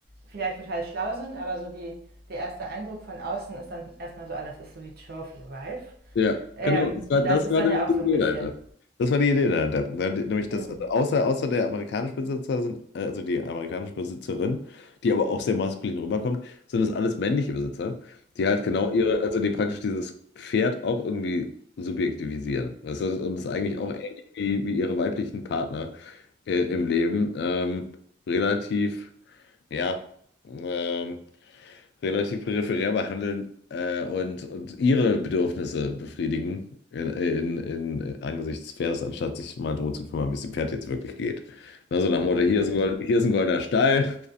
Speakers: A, on the right; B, on the left.
A: vielleicht total schlau sind, aber so die, der erste Eindruck von außen ist dann erstmal so, ah, das ist so die Trophy Wife.
B: Ja,
A: Ähm,
B: genau. Das war,
A: und
B: das
A: das ist
B: war
A: dann
B: nämlich
A: ja
B: die
A: auch so
B: Idee
A: ein bisschen.
B: dahinter. Das war die Idee dahinter. da, nämlich
A: Mm,
B: dass also außer, außer der amerikanische Besitzer sind, äh, also die amerikanische Besitzerin, die aber auch sehr maskulin rüberkommt, sind es alles männliche Besitzer, die halt genau ihre, also die praktisch dieses Pferd auch irgendwie subjektivisieren. Das ist, und das ist eigentlich auch ähnlich wie, wie ihre weiblichen Partner äh, im Leben, ähm, relativ, ja, ähm, relativ peripherär behandeln äh, und, und ihre Bedürfnisse befriedigen in, in, in, angesichts Fairs, anstatt sich mal drum zu kümmern, wie es dem Pferd jetzt wirklich geht. Na, so nach dem Motto,
A: mhm,
B: hier ist ein Gold, hier ist ein goldener Stall.